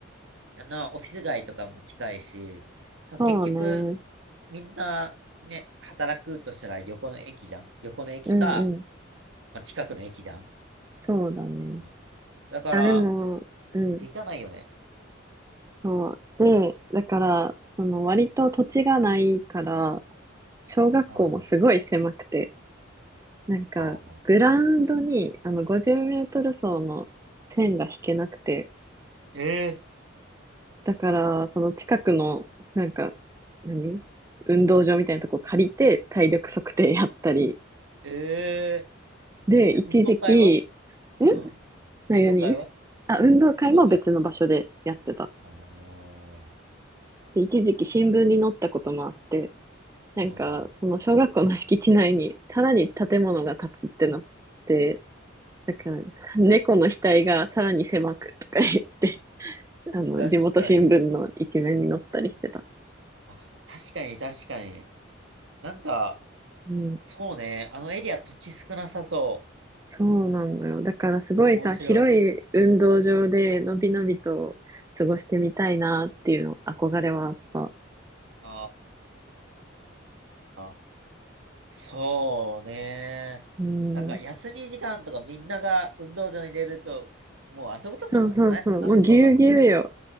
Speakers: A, on the right (about 75°); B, on the right (about 15°).
A: あの、オフィス街とかも近いし、多分、
B: そうね。
A: 結局、みんな、ね、働くとしたら横の駅じゃん。横の駅か、
B: うんうん。
A: まあ、近くの駅じゃん。
B: そうだね。
A: うんだから、
B: あ、でも、うん。
A: 出ていかないよね。
B: そう。で、だから、その割と土地がないから、小学校もすごい狭くて、
A: なん
B: なんか、
A: か、
B: グラウンドに、あの、50メートル走の線が引けなくて、
A: え
B: だから、その近くの、なんか、何運動場みたいなとこ借りて、体力測定やったり、
A: ー、え
B: で、
A: ー、え、じゃあ運動会は
B: 一時期、ん
A: うん。
B: 何何
A: 運動会は
B: あ、運動会も別の場所でやってた。
A: 運動会。あの
B: で、一時期新聞に載ったこともあって、なんか、
A: ー、うん。
B: その小学校の敷地内にさらに建物が建つってなって、なんか、猫の額がさらに狭くとか言ってあの、
A: 確かに。
B: 地元新聞の一面に載ったりしてた。
A: あ、確かに、確かに。なんか、
B: うん。
A: そうね。あのエリア土地少なさそ
B: そうなのよ。だからすごいさ、
A: う。面白い。
B: 広い運動場でのびのびと過ごしてみたいなっていうの、憧れはあった。
A: あー。そうね。
B: うん。
A: なんか休み時間とかみんなが運動場に出ると、もう遊ぶとこな、
B: そうそうそう。
A: な、なさそうだもんね。
B: もうぎゅうぎゅうよ。